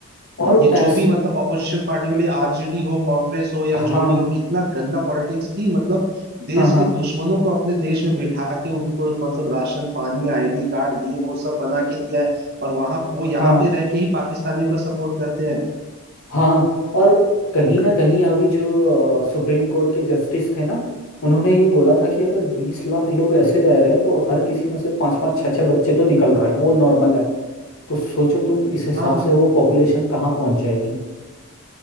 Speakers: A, on the left; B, on the right.
A: और
B: ये
A: ऐस
B: जो भी मतलब अपोजिशन पार्टी वाली आरजेडी हो कांग्रेस हो या
A: हाँ
B: जो भी हो कितना गंदा पॉलिटिक्स की मतलब देश
A: हाँ हाँ
B: के दुश्मनों को अपने देश में बैठा के उनको मतलब राशन पानी आईडी कार्ड ये वो सब बना के दिया है और वहां वो यहाँ
A: हाँ
B: पे रह के ही पाकिस्तानियों का सपोर्ट करते हैं
A: हाँ और कहीं ना कहीं अभी जो अ, सुप्रीम कोर्ट के जस्टिस थे ना उन्होंने ये बोला था कि अगर बीस लाख लोग ऐसे रह रहे हैं तो हर किसी में से पांच पांच छह छह बच्चे तो निकल रहे हैं वो नॉर्मल है तो सोचो तुम इस हिसाब
B: हाँ
A: से वो पॉपुलेशन कहाँ पहुंच जाएगी